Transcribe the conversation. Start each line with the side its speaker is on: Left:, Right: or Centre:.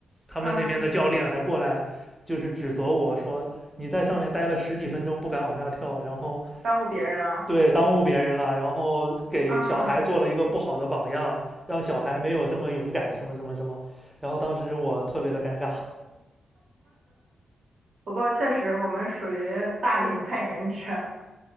Centre: 他们那边的教练还过来，
Right: 嗯，
Centre: 就是指责我说你在上面待了十几分钟不敢往下跳，然后
Right: 耽误别人了，
Centre: 对耽误别人了，然后给小孩做了一个不好的榜样，
Right: 嗯，
Centre: 让小孩没有这么勇敢，什么什么什么。然后当时我特别的尴尬，
Right: 不过确实我们属于大龄 <laughs> 攀岩者。